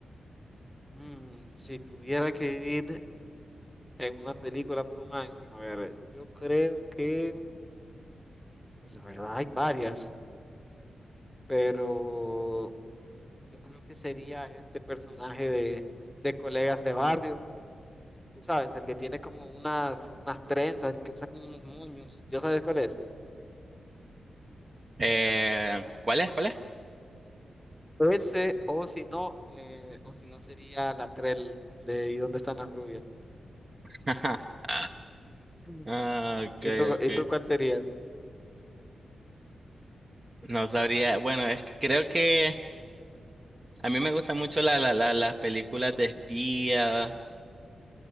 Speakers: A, in the centre; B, on the right (about 20°).
A: Mm, si tuviera que vivir en una película por un año, a ver, yo creo que, pues la verdad hay varias, pero yo creo que sería este personaje de, de colegas de barrio tú sabes, el que tiene como unas, unas trenzas, el que usa como unos moños, ¿ya sabes cuál es?
B: Eh, ¿cuál es? ¿Cuál es?
A: Ese, o si no, me- o si no sería la Trell de ¿Y dónde están las rubias?
B: <laughs>
A: Mm.
B: Ah, okay,
A: ¿Y tú,
B: okay.
A: y tú cuál serías?
B: No sabría. Bueno, es que creo que a mí me gustan mucho la- la- la- las películas de espía,